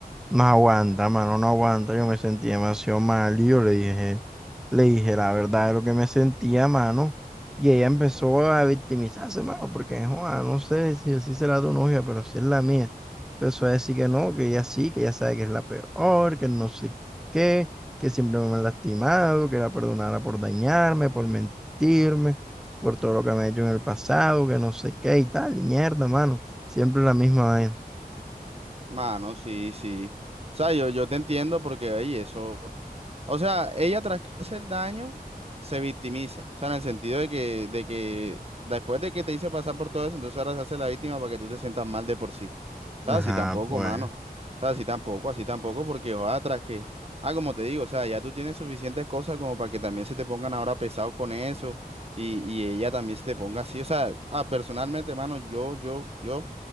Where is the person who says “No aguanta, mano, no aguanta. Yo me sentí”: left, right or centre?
Centre